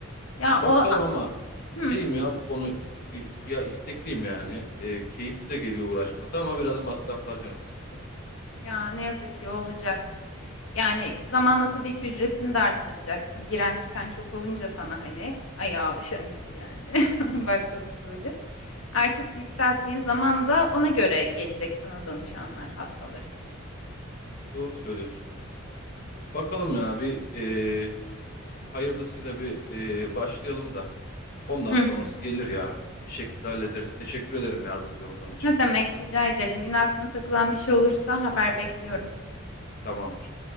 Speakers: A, on the left (about 70°); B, on the left (about 45°).
A: Ya
B: Bakalım
A: o a-
B: ama
A: hı,
B: şeyim ya bu konu ya istekliyim yani. Ee, keyifli de geliyor uğraşması ama biraz masraflar canımı sıktı.
A: ya ne yazık ki olacak. Yani zamanla tabii ki ücretini de arttıracaksın. Giren çıkan çok olunca sana hani ayağa alışan gibi yani. <laughs> Bakkal usulü. Artık yükselttiğin zaman da ona göre gelecek sana danışanlar, hastaların.
B: Doğru söylüyorsun. Bakalım ya bir ee, Hayırlısıyla bir e, başlayalım da ondan
A: Hı
B: sonrası
A: hı.
B: gelir ya. Bir şekilde hallederiz. Teşekkür ederim yardımcı olduğun için.
A: Ne demek rica ederim. Yine aklına takılan bir şey olursa haber bekliyorum.
B: Tamamdır.